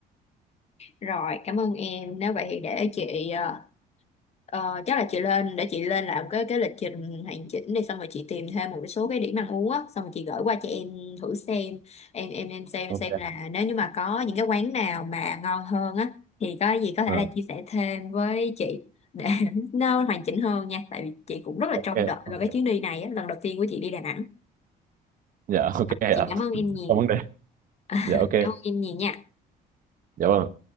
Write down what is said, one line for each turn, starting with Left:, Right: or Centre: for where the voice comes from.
Left: rồi, cảm ơn em. Nếu vậy thì để chị ờ, Ờ, chắc là chị lên để chị lên làm cái cái lịch trình hoàn chỉnh đi xong rồi chị tìm thêm một số cái điểm ăn uống á xong rồi chị gửi qua cho em thử xem em em em xem
Right: ok
Left: xem là nếu như mà có những cái quán nào mà ngon hơn á thì có gì có thể
Right: Ờ,
Left: là chia sẻ thêm với chị để <laughs> nó hoàn chỉnh hơn nha tại vì chị cũng rất là
Right: ok
Left: trông đợi
Right: ok
Left: vào cái chuyến đi này á lần đầu tiên của chị đi Đà Nẵng
Right: dạ ok ạ
Left: chị cảm ơn em nhiều
Right: không vấn đề
Left: <laughs>
Right: dạ
Left: cảm
Right: ok
Left: ơn em nhiều nha
Right: dạ vâng